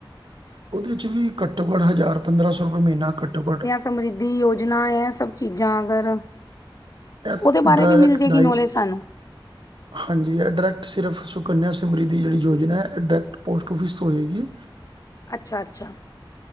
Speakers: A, on the right (about 65°); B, on the left (about 40°).
A: ਉਹਦੇ ਚ ਵੀ ਘੱਟੋ ਘੱਟ ਹਜ਼ਾਰ ਪੰਦਰਾਂ ਸੌ ਰੁਪਏ ਮਹੀਨਾ ਘੱਟੋ ਘੱਟ
B: ਸਮਰਿਧੀ ਯੋਜਨਾ ਹੈ ਸਭ ਚੀਜ਼ਾਂ ਅਗਰ
A: ਇਸ
B: ਓਹਦੇ ਬਾਰੇ
A: ਡਾਇਰੈਕਟ
B: ਵੀ ਮਿਲ ਜਾਏਗੀ
A: ਡਾਈ
B: ਨੌਲੇਜ ਸਾਨੂੰ
A: ਹਾਂਜੀ, ਏਹ ਡਾਇਰੈਕਟ ਸਿਰਫ ਸੁਕੰਨਿਆ ਸਿਮਰੀਧੀ ਜਿਹੜੀ ਯੋਜਨਾ ਹੈ ਡਾਇਰੈਕਟ ਪੋਸਟ ਔਫਿਸ ਤੋਂ ਹੋਏਗੀ
B: ਅੱਛਾ-ਅੱਛਾ।